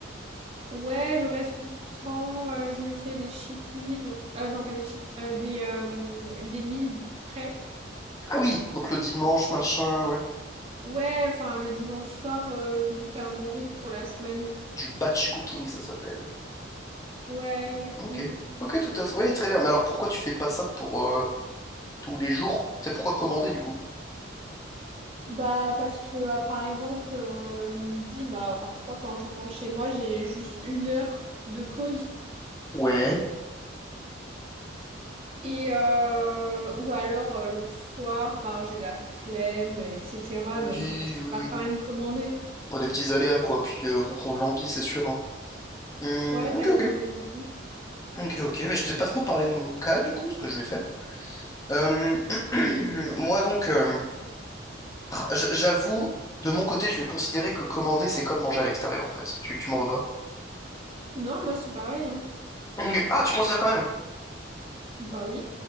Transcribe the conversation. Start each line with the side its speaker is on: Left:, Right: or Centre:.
Right: Ouais, le reste du temps, euh, je me fais des cheat meals. Euh, non, pas des cheat, euh, des, euh, des meal prep.
Left: Ah oui, donc le dimanche, machin, ouais.
Right: Ouais, enfin, le dimanche soir, euh, je me fais à manger pour la semaine.
Left: Du batch cooking, ça s'appelle.
Right: Ouais, exactement.
Left: Ok, ok, tout à fait. Ouais, très bien. Mais alors pourquoi tu fais pas ça pour euh, tous les jours? C'est pourquoi commander, du coup?
Right: Bah, parce que, ah, par exemple, euh, le midi, bah, parfois, quand je rentre chez moi, j'ai juste une heure de pause.
Left: Ouais.
Right: Et euh, ou alors euh, le soir, bah, j'ai la flemme, etc.
Left: Oui,
Right: Donc euh, je préfère
Left: oui, oui.
Right: quand même commander.
Left: Pour des petits aléas, quoi. Puis euh, en fonction de l'envie, c'est sûr. hein. Hum,
Right: Ouais,
Left: ok,
Right: ça dépend
Left: ok.
Right: des envies.
Left: Ok, ok. Mais je t'ai pas trop parlé de mon cas, du coup, ce que je vais faire. Euh, <clears throat> moi donc, euh, j- j'avoue, de mon côté, je vais considérer que commander, c'est comme manger à l'extérieur en fait. Tu, tu m'en veux pas?
Right: Non, moi c'est pareil, hein.
Left: Ok. Ah, tu considères quand même.
Right: Bah oui.